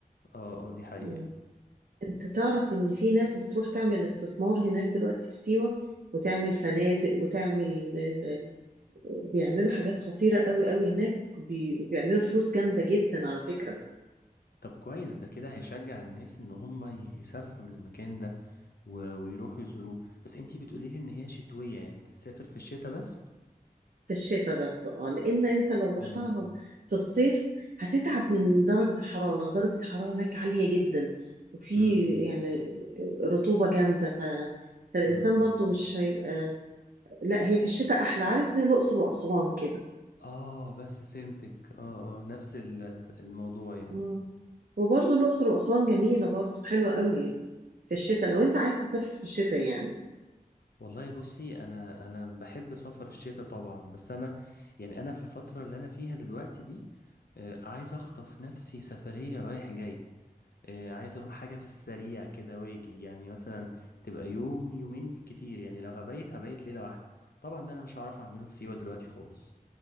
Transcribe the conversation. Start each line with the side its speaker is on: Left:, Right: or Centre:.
Left: اه اه دي حقيقة
Right: مم. انت تعرف ان في ناس بتروح تعمل استثمار هناك دلوقتي في سيوة وتعمل فنادق وتعمل آه، بيعملوا حاجات خطيرة قوي قوي هناك بي- وبيعملوا فلوس جامدة جدا على فكرة
Left: طب كويس ده كده هيشجع الناس ان هم يسافروا المكان ده و... ويروحوا يزوروه بس انتي بتقولي لي ان هي شتوية يعني تتسافر في الشتاء بس
Right: في الشتاء بس اه لان انت لو رحتها
Left: امم
Right: في الصيف هتتعب من درجة الحرارة درجة الحرارة هناك عالية جدا وفي
Left: امم
Right: يعني رطوبة جامدة ف... فالإنسان
Left: امم
Right: برضو مش هيبقى لا هي في الشتاء أحلى عارف زي الأقصر وأسوان كده
Left: اه بس فهمتك اه اه نفس ال- الموضوع يعني
Right: اه وبرضه الأقصر وأسوان جميلة برضه حلوة قوي في الشتاء لو أنت عايز تسافر في الشتاء يعني
Left: والله بصي انا انا بحب سفر الشتاء طبعا بس انا يعني انا في الفترة اللي انا فيها دلوقتي دي آه، عايز اخطف نفسي سفرية رايح جاي آه، عايز اروح حاجة في السريع كده واجي يعني مثلا تبقى يوم يومين بالكتير يعني لو هبيت هبيت ليلة واحدة طبعا ده انا مش هعرف اعمله في سيوة دلوقتي خالص